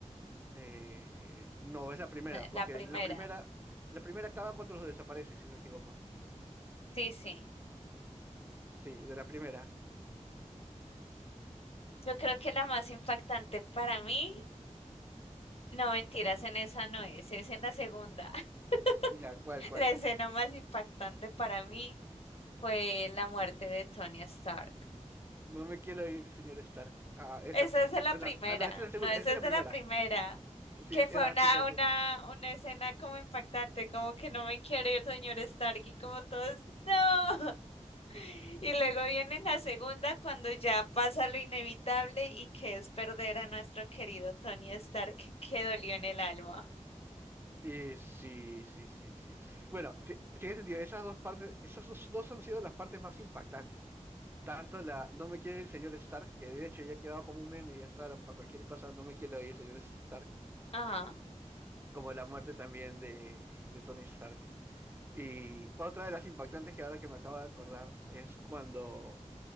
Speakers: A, on the right; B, on the left.
A: Eh, no, es la primera,
B: La
A: porque
B: la primera.
A: la primera, la primera acaba cuando los desaparece, si no me equivoco.
B: Sí, sí.
A: Sí, de la primera.
B: Yo creo que la más impactante para mí No, mentiras, en esa no es, es en la segunda. <laughs>
A: Ya, ¿cuál, cuál?
B: La escena más impactante para mí fue la muerte de Tony Stark.
A: No me quiero ir, señor Stark. Ah, esa
B: Esa
A: fue.
B: es de la
A: Ah,
B: primera,
A: no, ah, no, esa es la segunda,
B: no, esa
A: esa es
B: es
A: la
B: de
A: primera.
B: la primera,
A: Sí,
B: que
A: sí,
B: fue
A: era
B: una,
A: sí, cierto.
B: una, una escena como impactante, como que no me quiero ir, señor Stark, y como todos, no. <laughs> Y luego viene la segunda cuando ya pasa lo inevitable y que es perder a nuestro querido Tony Stark, que dolió en el alma.
A: Y sí, sí, sí, sí. Bueno, ti- tiene sentido. Esas dos partes, esas dos, dos han sido las partes más impactantes. Tanto la No me quiero ir, señor Stark, que de hecho ya ha quedado como un meme y hasta ahora para cualquier cosa, no me quiero ir, señor Stark,
B: Ajá,
A: como la muerte también de, de Tony Stark. Y otra de las impactantes que ahora que me acabo de acordar es cuando